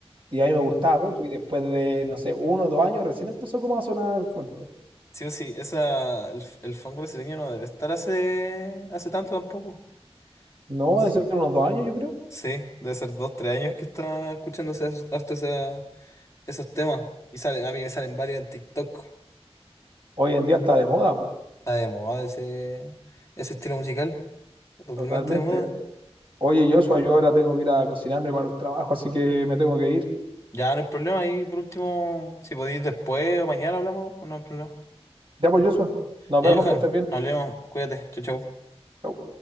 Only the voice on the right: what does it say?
Y a mí me gustaba mucho. Y después de, no sé, uno o dos años, recién empezó como a sonar fuerte.
No,
de ser unos dos años, yo creo.
¿eh?
Hoy en día está de moda, po,
totalmente.
Oye, Joshua, yo ahora tengo que ir a cocinarme para el trabajo, así que me tengo que ir.
Ya, pues, Joshua, nos
vemos,
que estés bien.
Chau.